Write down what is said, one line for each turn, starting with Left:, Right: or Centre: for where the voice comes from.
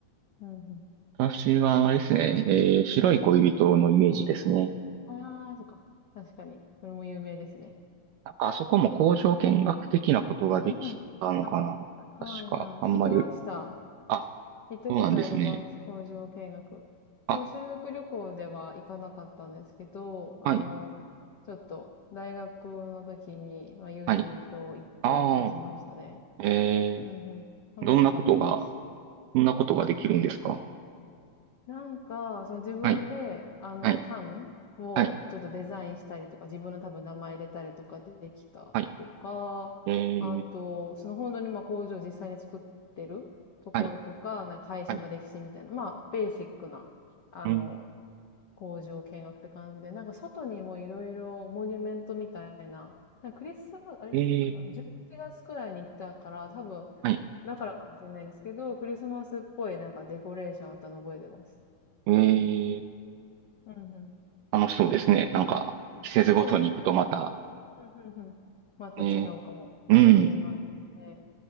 Left: うんうん。
Right: 私はあれですね、えー、白い恋人のイメージですね。
Left: ああ、そっか。確かに。それも有名ですね。
Right: なんかあそこも工場見学的なことができたのかな確か、
Left: うんうん。あ、はいはい。
Right: あんまり、
Left: 行きました。
Right: あ、
Left: 行ったことあります。
Right: そうなんですね。
Left: 工場見学。
Right: あ、
Left: その修学旅行では行かなかったんですけど、あの、
Right: はい、
Left: ちょっと大学の時に、まあ、友人と行って行きましたね。
Right: はい。ああ、え
Left: うんうん。
Right: ー、どんなことが、
Left: 楽しかったです。
Right: どんなことができるんですか
Left: なんか、その自分で、
Right: はい。
Left: あの、
Right: はい
Left: 缶をちょっとデザインしたりとか、
Right: はい、
Left: 自分の多分名前入れたりとかできたとか、
Right: はい、えー、
Left: あと、その本当にまあ工場を実際に作ってるところとか、
Right: はい、
Left: なんか会社の歴史みたいな、
Right: はい、
Left: まあ、ベーシックな、あの、
Right: うん、
Left: 工場見学って感じで、なんか外にもいろいろモニュメントみたいな、なんかクリスマス、あれいつかな、
Right: えー、
Left: 11月くらいに行ったから、多分、
Right: はい、
Left: だからかもしれないですけど、クリスマスっぽいなんかデコレーションあったの覚えてます。
Right: え
Left: うんうん。
Right: ー、楽しそうですね。なんか、季節ごとに行くとまた、
Left: そうですね。うんうんうん。また違うかもしれないですね。
Right: ね、うん、